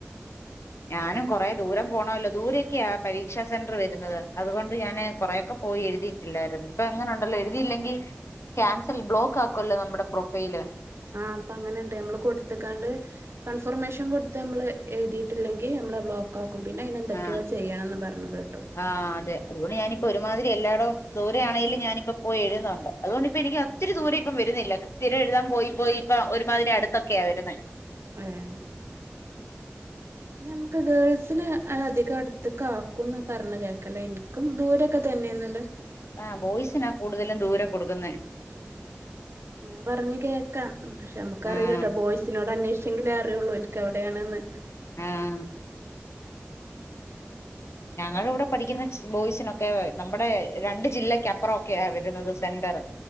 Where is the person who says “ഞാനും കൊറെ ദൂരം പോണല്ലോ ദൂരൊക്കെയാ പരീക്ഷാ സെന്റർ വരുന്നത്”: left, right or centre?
Left